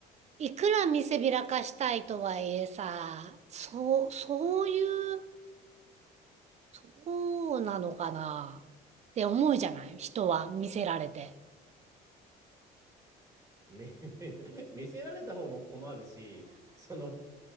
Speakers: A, on the right; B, on the right.
A: いくら見せびらかしたいとはいえさ、そう、そういう、そうなのかなって思うじゃない人は見せられて。
B: 見、見見せられた方も困るし、その、